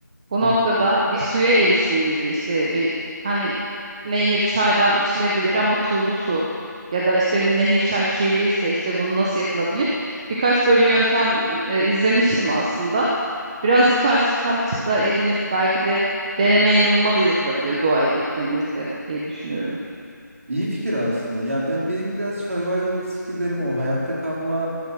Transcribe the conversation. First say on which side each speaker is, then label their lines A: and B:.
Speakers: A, on the right; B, on the right.
A: Bu
B: Hı.
A: noktada bir suya eriştiğimizde işte bir hani nehir çaydan içilebilir ama tuzlu su ya da işte nehir çay kirliyse işte bunu nasıl yapılabilir? Birkaç böyle yöntem e, izlemiştim aslında. Biraz bu tarz kitapçıklar edinip belki de deneme yanılma da yapılabilir doğaya gittiğimizde diye düşünüyorum.
B: İyi fikir aslında. Ya ben benim biraz survival skill'lerim o hayatta kalma